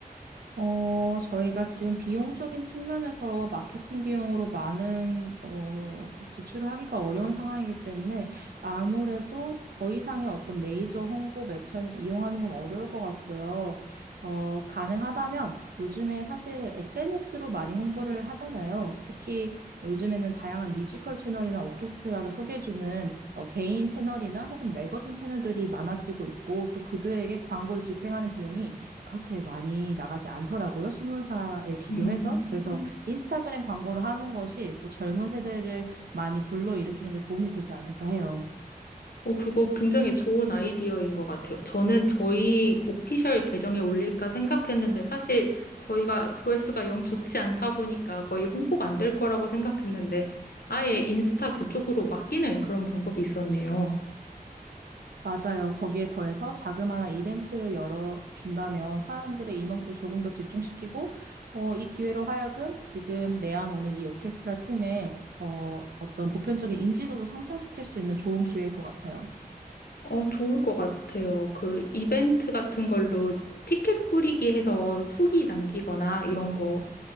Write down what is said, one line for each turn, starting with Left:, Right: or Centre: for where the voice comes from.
Right: 어, 저희가 지금 비용적인 측면에서 마케팅 비용으로 많은 어, 지출을 하기가 어려운 상황이기 때문에 아무래도 더 이상의 어떤 메이저 홍보 매체는 이용하는 건 어려울 것 같고요. 어, 가능하다면 요즘에 사실 SNS로 많이 홍보를 하잖아요. 특히 요즘에는 다양한 뮤지컬 채널이나 오케스트라를 소개해주는 어, 개인 채널이나 혹은 매거진 채널들이 많아지고 있고 또 그들에게 광고를 집행하는 비용이 그렇게 많이 나가지 않더라고요. 신문사에 비교해서.
Left: 음.
Right: 그래서 인스타그램 광고를 하는 것이 또 젊은 세대를 많이 불러일으키는 데 도움이 되지 않을까 해요.
Left: 어, 그거 굉장히 좋은 아이디어인 것 같아요. 저는 저희 오피셜 계정에 올릴까 생각했는데 사실 저희가 조회수가 영 좋지 않다 보니까 거의 홍보가 안 될 거라고 생각했는데 아예 인스타 그쪽으로 맡기는 그런 방법이 있었네요.
Right: 맞아요. 거기에 더해서 자그마한 이벤트를 열어준다면 사람들의 이목도 조금 더 집중시키고, 어, 이 기회로 하여금 지금 내한 오는 이 오케스트라 팀의 어, 어떤 보편적인 인지도도 상승시킬 수 있는 좋은 기회일 것 같아요.
Left: 어, 좋을 것 같아요. 그 이벤트 같은 걸로 티켓 뿌리기 해서 후기 남기거나 이런 거